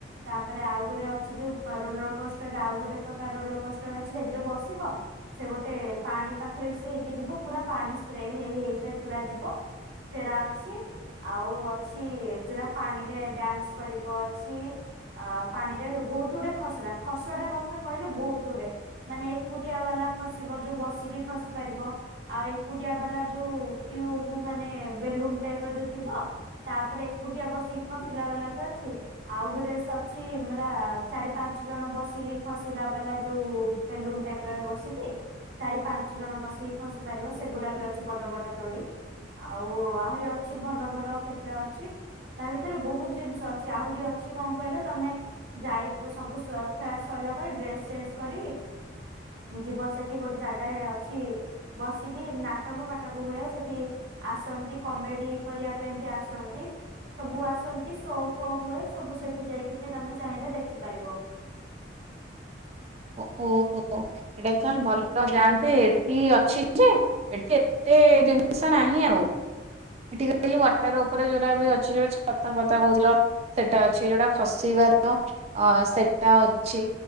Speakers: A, on the right (about 65°); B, on the right (about 35°).
A: ତାପରେ ଆଉ ଗୋଟେ ଅଛି ଯୋଉ ରୋଲର କଷ୍ଟରରେ ଆଉ ଗୋଟେ ପ୍ରକାର ରୋଲର କଷ୍ଟ ଅଛି ସେଥିରେ ବସିବ। ସେ ଗୋଟେ ପାଣି ପାଖରେ ସେ ହେଇକି ଯିବ ପୁରା ପାଣି ସ୍ପ୍ରେ ହେଇ ହେଇ ପୁରା ଯିବ ସେଟା ଅଛି ଆଉ ଅଛି ଯୋଉଟା ପାଣିରେ ଡ୍ୟାନ୍ସ। କରିବ ଅଛି ଆ ପାଣିରେ ବହୁତ ଗୁଡେ ଖସଡା ଖସଡା କଥା କହିଲେ ବହୁତ ଗୁଡେ ମାନେ ଏକୁଟିଆ ବାଲା ଖସିବ ଯୋଉ ବସିକି ଖସି ପାରିବ। ଆଉ ଏକୁଟିଆ ବାଲା ଯୋଉ ଟ୍ୟୁବ ମାନେ ବେଲୁନ ଟାଇପ ର ଯୋଉ ଥିବ। ତାପରେ ଏକୁଟିଆ ବସି ଖସିଲା ବାଲା ବି ଅଛି ଆଉ ଗୋଟେ ଅଛି ମରା ଚାରି ପାଞ୍ଚ ଜଣ ବସିକି ଖସିଲା ବାଲା ଯୋଉ ବେଲୁନ ଟାଇପରେ ବସିକି। ଚାରି ପାଞ୍ଚ ଜଣ ବସିକି ଖସି ପାରିବ ସେଗୁଡା ବି ଅଛି ବଡ ବଡ ଦୋଳି। ଆଉ ଆହୁରି ଅଛି ଭଲ ଭଲ କେତେ ଅଛି। ତା ଭିତରେ ବହୁତ ଜିନିଷ ଅଛି ଆହୁରି ଅଛି କଣ କହିଲ ତମେ ଯାଇ ସବୁ ଖେଳା ସରିଲା ପରେ ଡ୍ରେସ ଚେଞ୍ଜ କରିକି ଯିବ ସେଠି ଗୋଟେ ଜାଗାରେ ଅଛି ବସିକି ନାଟକ ଫାଟକ ହୁଏ ସେଠି ଆସନ୍ତି କମେଡି କରିବା ପାଇଁ ବି ଆସନ୍ତି। ସବୁ ଆସନ୍ତି ସୋ ଫୋ ହୁଏ ସବୁ ସେଠି ଯାଇକି ବି ତମେ ଚାହିଁଲେ ଦେଖିପାରିବ।
B: ଓ ଓହୋ ଏଇଟା ଚାଲ ଭଲ ଯାଆନ୍ତେ ଏଠି ଅଛି ଯେ ଏଠି ଏତେ ଜିନିଷ ନାହିଁ ଆଉ। ଏଠିକି କହିଲି ୱାଟର ଉପରେ ଯୋଉଟା ବି ଅଛି ଯୋଉ ଛତା ଫତା କହୁଥିଲ। ସେଟା ଅଛି ଯୋଉଟା ଖସିବା ର ଅ ସେଟା ଅଛି।